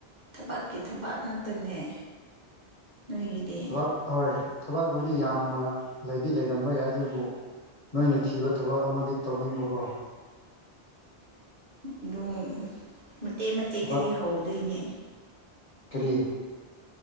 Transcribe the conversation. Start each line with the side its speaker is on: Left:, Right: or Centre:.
Right: ꯊꯕꯛꯀꯤ ꯊꯕꯛ ꯉꯥꯛꯇꯪꯅꯦ ꯅꯣꯏꯒꯤꯗꯤ
Left: ꯊꯕꯛ ꯍꯣꯏ ꯊꯕꯛꯄꯕꯨꯗꯤ ꯌꯥꯝꯅ ꯂꯩꯗꯤ ꯂꯩꯔꯝꯕ ꯌꯥꯏ ꯑꯗꯨꯕꯨ ꯅꯣꯏꯅ ꯊꯤꯕ ꯊꯕꯛ ꯑꯃꯗꯤ ꯇꯧꯅꯤꯡꯕꯀꯣ
Right: ꯑꯗꯨꯝ ꯃꯇꯦꯛ ꯃꯇꯦꯛꯛꯇꯒꯤ
Left: ꯊꯕꯛ
Right: ꯍꯧꯗꯣꯏꯅꯦ
Left: ꯀꯔꯤ